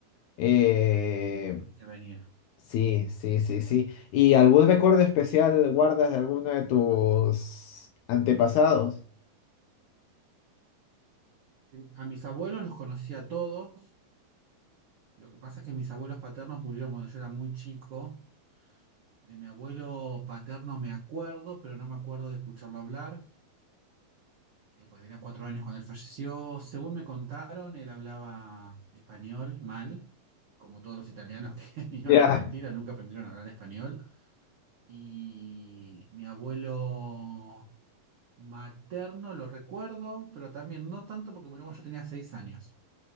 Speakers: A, on the left; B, on the right.
A: Eh,
B: Ni que venir.
A: sí, sí, sí, sí. ¿Y algún recuerdo especial guardas de alguno de tus antepasados?
B: A mis abuelos los conocí a todos. Lo que pasa es que mis abuelos paternos murieron cuando yo era muy chico. De mi abuelo paterno me acuerdo, pero no me acuerdo de escucharlo hablar. Eh, pues tenía cuatro años cuando él falleció. Según me contaron, él hablaba español mal, como todos los italianos que <laughs> vinieron
A: Ya.
B: a Argentina, nunca aprendieron a hablar español. Y mi abuelo materno lo recuerdo, pero también no tanto porque murió cuando yo tenía seis años.